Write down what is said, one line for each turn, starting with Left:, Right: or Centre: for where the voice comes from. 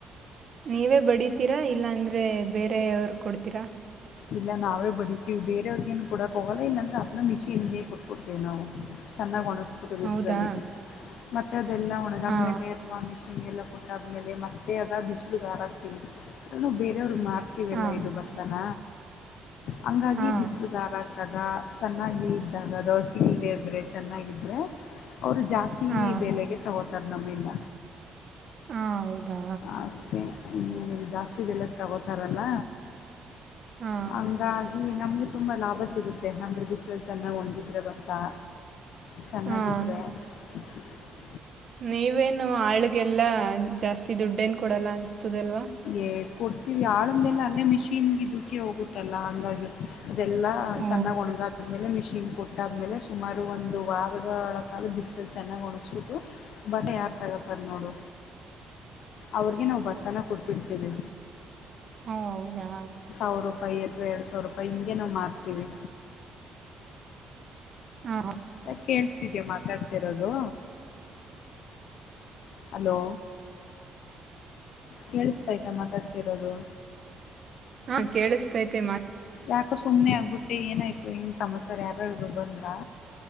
Right: ನೀವೇ ಬಡಿತೀರಾ ಇಲ್ಲ ಅಂದ್ರೆ ಬೇರೆವ್ರ ಕೊಡ್ತೀರಾ
Left: ಇಲ್ಲ ನಾವೇ ಬಡತೀವಿ ಬೇರೆಯವ್ರಗೇನು ಕೊಡಕ್ಕೆ ಹೋಗೋಲ್ಲ ಇಲ್ಲಂದರೆೆ ಅದೂ ಮಿಷಿನ್ಗೆ ಕೊಟ್ಕೊಡ್ತೇವಿ ನಾವು ಚೆನ್ನಾಗಿ ಒಣಗಿಸ್ಬಿಟ್ಟು ಬಿಸದಲ್ಲಿ
Right: ಹೌದಾ
Left: ಮತ್ತುತ್ತ ಅದೆಲ್ಲ ಒಣಗಮ್ಮ
Right: ಹಾ
Left: ಮೇಲೆ ಅಥವಾ ಮಿಷಿನ್ಗೆಲ್ಲ ಕೊಟ್ಟ ಆದ್ಮೇಲೆ ಮತ್ತೆ ಅದ ಬಿಸಿಲು ದಾರ ಆಗ್ತವಿ ಅದ ಬೇರೆಯವ್ರ ಮ ಹಾಕಿವಲ್ಲ
Right: ಹಾ
Left: ಇದು ಬರ್ತಾನ ಹಂಗಾಗಿ
Right: ಹಾ
Left: ಬಿಸಿಲುದಾರ ಚದ ಚೆನ್ನಾಗಿ ಇದ್ದಾಗ ದೋಸೆಲ್ ಬರೆ ಚೆನ್ನಾಗಿದ್ದರೆ ಅವರು ಜಾಸ್ತಿ
Right: ಹಾ ಹಾ
Left: ಬೆಲೆಗೆ ತಗೋತಾರೆ ನಮ್ಮಿಂದ
Right: ಹಾ ಹೌದಾ
Left: ಅಷ್ಟೇ ಜಾಸ್ತಿ ಬೆಲೆಕ್ಕೆ ತಗೋತಾರಲ್ಲ
Right: ಹಾ
Left: ಹಂಗಾಗಿ ನಮ್ಗೆ ತುಂಬಾ ಲಾಭ ಸಿ ಸಿಗುತ್ತೆ ಅಂದರೆ ಬಿಸಲ್ಲಿ ಚೆನ್ನಾಗಿ ಒಣಗಿದ್ರರೆ ಬತ್ತಾ ಚೆನ್ನಾಗಿದ್ರೆ
Right: ಹಾ
Left: ಹ
Right: ನೀವೇನು ಆಳ್ಗೆಲ್ಲಾ ಜಾಸ್ತಿ ದುಡ್ಡ ನ್ ಕೊಡಲ್ಲ ಅನ್ಸ್ತದಲ್ವಾ
Left: ಏ ಕೊಡ್ತೀವಿ ಆಡ್ಲ್ಲ ಅಲ್ಲೇ ಮಿಷಿನ್ಗೆ ಕ್ಕೆ ಹೋಗುತ್ತಲ್ಲ ಹಂಗಾಗಿ ಅದೆಲ್ಲ
Right: ಓ
Left: ಚೆನ್ನಾಗ್ ಒಣಗಾದ್ಮೇಲೆ ಮಿಷಿನ್ ಕೊಟ್ಟಾದ್ಮೇಲೆ ಸುಮಾರು ಒಂದು ವಾರ ಕಾಲ ಬಿಸ್ಲು ಚೆನ್ನಾಗ್ ಒಣಸ್ಬಿಟ್ಟು ಬಟ್ಟ ಯಾರ ತಗ ನೋಡು ಅವ್ರಿಗೆ ನಾವು ಭತ್ತನ ಕೊಟ್ಬಿಡ್ತೇವಿ
Right: ಹಾ ಹೌದಾ
Left: ಸಾವ ರೂಪಾಯಿ ಅಥವಾ ಎರಡ್ ಸಾವಿರ ರೂಪಾಯಿ ಹಂಗೆ ನಾವವು ಮಾಡ್ತೀವಿ
Right: ಹಾ
Left: ಕೇಳ್ಸಿದೀ ಮಾತಾಡ್ತಿರೋದು ಹಲೋ ಕೇಳಿಸ್ತಾಯ್ತಾ ಮಾತಾಡ್ತಿರೋದು
Right: ಹಾ ಕೇಳಿಸತೈತೆ ಮಾ
Left: ಯಾಕೋ ಸುಮ್ಮನೆ ಆಗ್ಬಿಟ್ಟು ಏನಾಯ್ತು ಏನು ಸಮಾಚಾರ ಯಾರಾರರು ಬಂದ್ರಾ